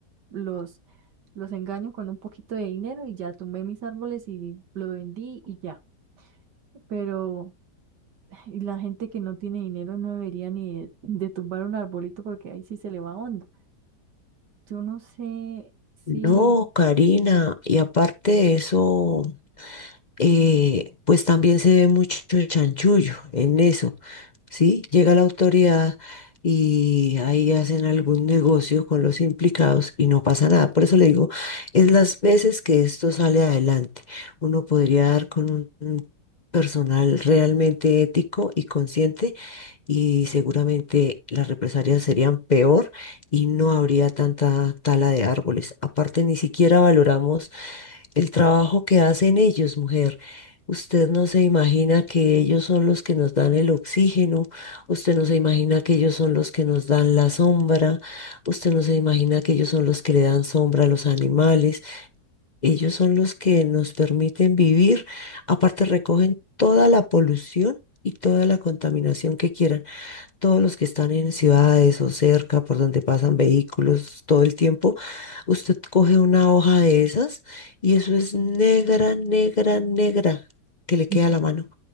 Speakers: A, on the right; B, on the left.
A: los, los engaño con un poquito de dinero y ya tumbé mis árboles y lo vendí y ya. Pero <laughs> <sighs> y la gente que no tiene dinero no debería ni de, de tumbar un arbolito porque ahí sí se le va hondo. Yo no sé si,
B: No, Karina, y aparte de eso, eh, pues también se ve mucho chanchullo en eso. ¿sí? Llega la autoridad y ahí hacen algún negocio con los implicados y no pasa nada. Por eso le digo, es las veces que esto sale adelante. Uno podría dar con un un personal realmente ético y consciente y seguramente las represalias serían peor y no habría tanta tala de árboles. Aparte, ni siquiera valoramos el trabajo que hacen ellos, mujer. Usted no se imagina que ellos son los que nos dan el oxígeno, usted no se imagina que ellos son los que nos dan la sombra, usted no se imagina que ellos son los que le dan sombra a los animales, ellos son los que nos permiten vivir, aparte recogen toda la polución y toda la contaminación que quieran todos los que están en ciudades o cerca por donde pasan vehículos todo el tiempo, usted coge una hoja de esas y eso es negra, negra, negra que
A: <laughs>
B: le queda
A: Ujú.
B: a la mano.